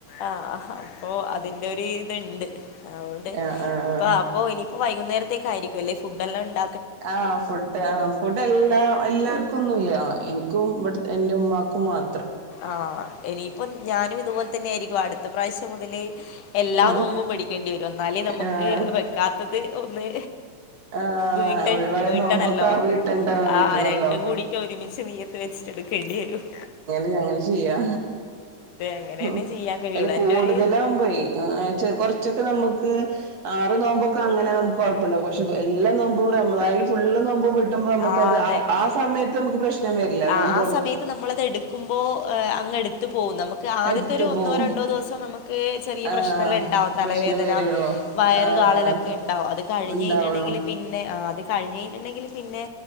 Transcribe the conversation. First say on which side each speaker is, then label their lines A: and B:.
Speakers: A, on the left; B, on the right.
A: ആ അപ്പൊ അതിന്റെ ഒരു ണ്ട് അതുകൊണ്ട് ഇ
B: ആഹ് ആഹ്
A: അപ്പ ഇനിയിപ്പോ വൈകുന്നേരത്തേക്ക ആയിരിക്കും അല്ലേ ഫുഡ്ല്ലാം ഉണ്ട
B: ആഹ് ഫുഡ് ആ ഫുഡ് എല്ലാ എല്ലാവർക്കും ഒന്നുംല്ല എനിക്കും ഇവി എന്റെ ഉമ്മാ കുുമാർ
A: ആഹ ഇനിയിപ്പ ഞാനും ഇതുപോലെ തന്നെ ആയിരിക്കും അടുത്ത പ്രാവശ്യം മുതല് എല്ലാം
B: ആഹ്
A: നോുമ്പോം പടിക്കേണ്ടി വരും എന്നാലേ നമുക്ക്
B: ആഹ്
A: വെക്കാത്തത് ഒന്ന്
B: ആഹ്
A: വീട്ടൺ
B: ഒഴിവായ
A: വീട്ടണല്ലോ
B: നോമ്പൊക്കെ വീട്ടണ്ട വീട്ടണല്ലോ
A: ആഹ രണ്ടും കൂടിട്ട ഒരുമിച്ച് പക്ഷെ നീ്യത്ത് വെച്ചിട്ട എടുക്കേണ്ടി വും
B: ആണല്ലോ ചെയ്യാ
A: അങ്ങനെ
B: ഉം
A: തന്നെ ചെയ്യാൻ കഴിയുള്ളൂ
B: അതില് കൂടുതലാകുമ്പഴേ
A: എന്റെ ഒരു
B: കൊറ ച്ചൊക്കെ നമുക്ക് ആറ് നോമ്പൊക്കെ അങ്ങനെ നമുക്ക് കുഴപ്പുണ്ടാവും പക്ഷെ എല്ലാ നോമ്പും <unintelligible> ഫുള്ള് നോമ്പും കിട്ടുമ്പോ നമുക്കത്
A: ആഹ് അതെ
B: ആ സമയത്ത് നമുക്ക് പ്രശ്നം വരില്ല
A: ആഹ്
B: നോമ്പ്
A: ആ
B: നോ
A: സമയത്ത് നമ്മളത് എടുക്ക്പോൾ അ എടുത്ത് പോവുംും നമുക്ക് ആദ്യത്തെ
B: എടുത്തു
A: ഒന്നോ
B: പോവും
A: രണ്ടോ ദിവസം നമു ഈ
B: ആഹ്
A: പ്രശ്നെല്ലാം ണ്ടാവും തലവേദന
B: പ്രശ്നം വരുള്ളൂ
A: വയറ്
B: ആഹ്
A: കാളലൊക്കെണ്ടാവും കഴിഞ്ഞെയ്ഞ്ഞ്ട്ട്ണ്ടെങ്കില്
B: ഉണ്ടാവുള്ളൂ
A: പിന്നെ ആഹ് അത് കഴിഞ്ഞെയ്ഞ്ഞ്ട്ട്ണ്ടെങ്കില് പിന്നെ